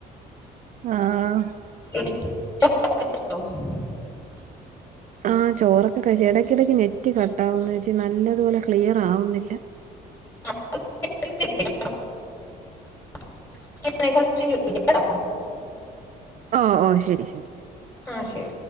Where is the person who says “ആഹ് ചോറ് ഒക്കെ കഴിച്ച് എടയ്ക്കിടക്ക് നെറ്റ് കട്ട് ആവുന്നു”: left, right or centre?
Right